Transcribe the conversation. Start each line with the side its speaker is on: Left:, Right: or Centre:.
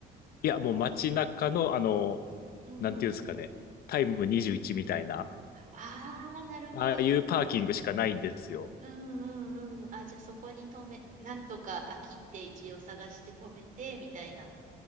Left: いや、もう街中の、あの、
Right: うんうん。
Left: なんていうんですかね、タイム21みたいな、
Right: あー、なるほど。
Left: ああいうパーキングしかないんですよ。
Right: うんうんうん。あ、じゃあそこに止め、なんとか飽きって字を探して止めて、みたいな。